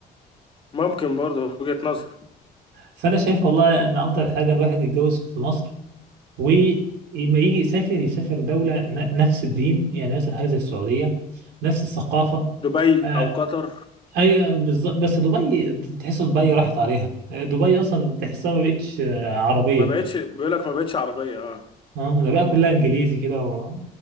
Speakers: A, on the left; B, on the right.
A: ممكن برضو وجهة نظر
B: فانا شايف والله ان افضل حاجه الواحد يتجوز في مصر ولما يجي يسافر يسافر دولة ن- نفس الدين يعني مثلا هذه السعودية نفس الثقافة
A: دبي
B: آه،
A: او قطر
B: أي بالظبط بس دبي ت- تحس دبي راحت عليها آه، دبي أصلا تحسها ما بقتش آه، عربية
A: ما بقتش بيقول لك ما بقتش عربية اه
B: اه ده بقى كلها إنجليزي كده و...